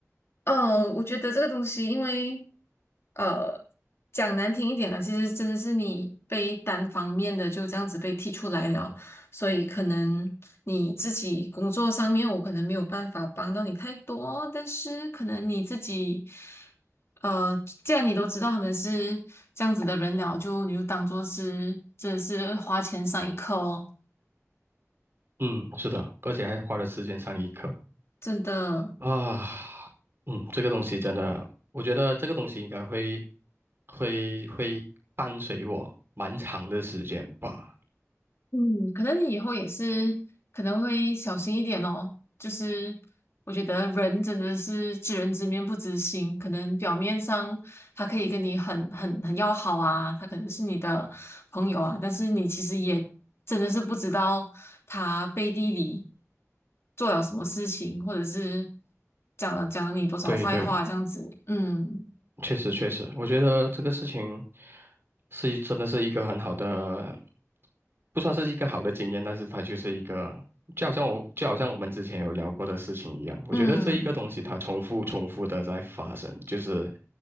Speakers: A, on the left (about 50°); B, on the right (about 45°).
A: 哦，我觉得这个东西，因为呃，讲难听一点了，其实真的是你被单方面的就这样子被踢出来了，所以可能你自己工作上面，我可能没有办法帮到你太多，但是可能你自己，呃，既然你都知道他们是这样子的人了，就你就当做是真的是花钱上一课哦，
B: 嗯，是的，而且还花了时间上一课
A: 真的。
B: 啊。嗯，这个东西真的，我觉得这个东西应该会会会伴随我蛮长的时间吧。
A: 嗯，可能你以后也是可能会小心一点哦。就是我觉得人真的是知人知面不知心，可能表面上他可以跟你很很很要好啊，他可能是你的朋友啊，但是你其实也真的是不知道他背地里做了什么事情，或者是讲了讲了你多少坏话这样子。
B: 对对。
A: 嗯
B: 确实确实，我觉得这个事情是一真的是一个很好的，不算是一个好的经验，但是它就是一个，就好像我就好像我们之前有聊过的事情一样，我觉得这一个东西它重复重复的在发生，
A: 嗯，
B: 就是